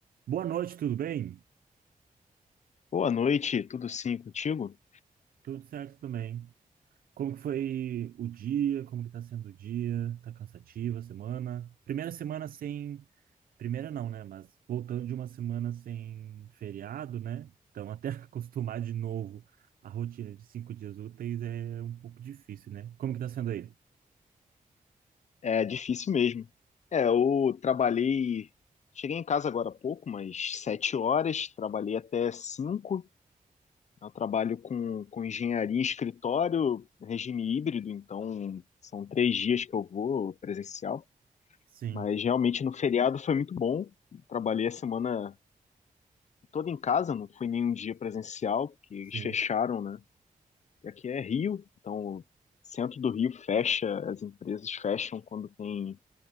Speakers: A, on the right; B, on the left.
A: Boa noite, tudo bem?
B: Boa noite, tudo sim contigo?
A: Tudo certo também. Como que foi o dia? Como que tá sendo o dia? Tá cansativa a semana? Primeira semana sem... Primeira não, né? Mas voltando de uma semana sem feriado, né? Então até <laughs> acostumar de novo a rotina de cinco dias úteis é um pouco difícil, né? Como que tá sendo aí?
B: É difícil mesmo. É, eu trabalhei, cheguei em casa agora há pouco, mas sete horas, trabalhei até cinco. Eu trabalho com, com engenharia em escritório, regime híbrido, então são três dias que eu vou presencial.
A: Sim,
B: Mas realmente no feriado foi muito bom. Trabalhei a semana toda em casa, não fui nenhum dia presencial, porque eles
A: sim,
B: fecharam, né? E Aqui é Rio, então o centro do Rio fecha, as empresas fecham quando tem